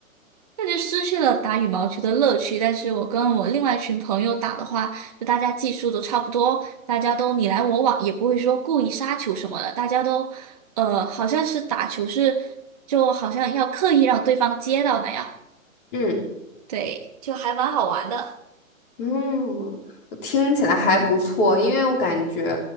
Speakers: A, on the right; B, on the left.
A: 那就失去了打羽毛球的乐趣。但是我跟我另外一群朋友打的话，就大家技术都差不多，大家都你来我往，也不会说故意杀球什么的，大家都呃，好像是打球是就好像要刻意让对方接到那样，
B: 嗯
A: 对，就还蛮好玩的。
B: 嗯，我听起来还不错，因为我感觉，